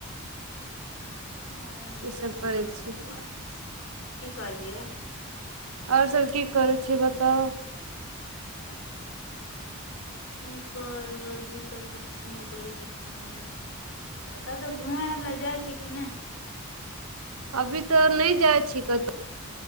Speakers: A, on the left; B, on the right.
A: आ ओर
B: ई
A: की
B: सब करै
A: कह
B: छी
A: की कहलियै
B: ओर सब की करै छी बताउ
A: <inaudible> की करू अभी तऽ कुछ नहि करे सिखना कतहु घुम आर लए जाइ छै कि नय
B: अभी तऽ नइ जाइ छी कतहु